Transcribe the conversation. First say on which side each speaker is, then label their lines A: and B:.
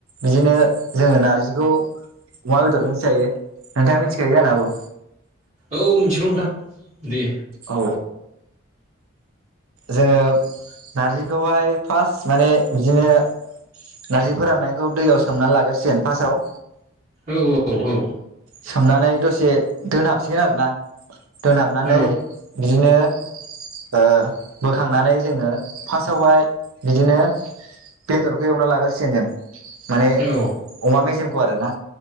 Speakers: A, on the right (about 85°); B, on the right (about 35°).
A: बिदिनो जोङो नारजिखौ अमा बेदरजोंसो जायो नोंथाङा मिथिखायो जानो हागौ।
B: औ मोनसिथिगौ नोंथां दे।
A: औ जोङो नारजिखौहाय फास माने बिदिनो नारजि फोराननायखौ दैयाव सोमनानै लागोरसिगोन फासाव।
B: औ औ औ
A: सोमनानै दसे दोनहाबसिगोन आरोना। दोनहाबनानै
B: औ
A: बिदिनो ओ बोखांनानै जोङो फारसावहाय बिदिनो बेदरखौ एवना लागोरसिगोन जों माने
B: औ
A: अमा मेजेम खौ आरो ना